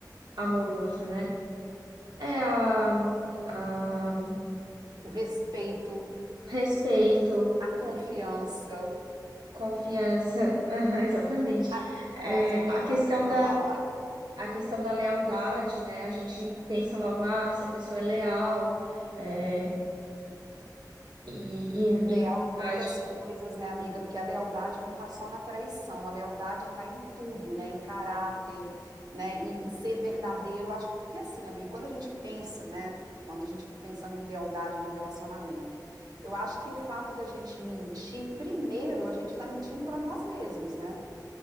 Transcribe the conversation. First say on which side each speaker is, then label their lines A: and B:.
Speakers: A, on the right; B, on the right.
A: amoroso, né? É a, a
B: O respeito,
A: respeito,
B: a confiança.
A: Confiança, <laughs> aham, exatamente.
B: a-
A: É,
B: Nossa, eu tenho
A: a
B: muita
A: questão
B: coisa para
A: da,
B: falar.
A: a questão da lealdade, né? A gente pensa logo, ah, se a pessoa é leal, é, e, e,
B: Leal
A: e na verdade.
B: em tantas coisas, né, amiga? Porque a lealdade não está só na traição, a lealdade está em tudo, né? Em caráter, né? Em, em ser verdadeiro. Eu acho que, porque assim, amiga, quando a gente pensa, né? Quando a gente pensando em lealdade no relacionamento, eu acho que o fato da gente mentir, primeiro, a gente está mentindo para nós mesmos, né?